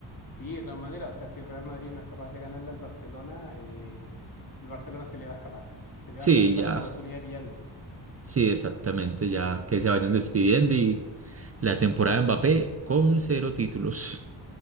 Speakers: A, on the left; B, on the right.
A: Sí, de todas maneras, o sea, si el Real Madrid no es capaz de ganarle al Barcelona, eh, el Barcelona se le va a escapar. Se le
B: Sí,
A: va a perder la,
B: ya,
A: la oportunidad de pillarlo.
B: sí, exactamente, ya que se vayan despidiendo y la temporada de Mbappé con cero títulos.